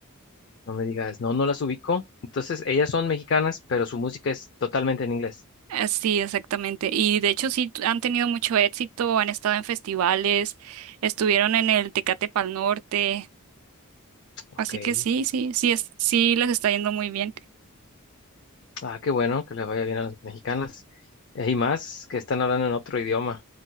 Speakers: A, on the left (about 50°); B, on the right (about 75°).
A: no me digas, no, no las ubico. Entonces, ellas son mexicanas, pero su música es totalmente en inglés.
B: Eh, Sí, exactamente. Y de hecho sí t- han tenido mucho éxito, han estado en festivales, estuvieron en el Tecate Pal Norte,
A: Ok.
B: así que sí, sí, sí es, sí les está yendo muy bien,
A: Ah, qué bueno, que le vaya bien a las mexicanas. Eh, Y más que están hablando en otro idioma.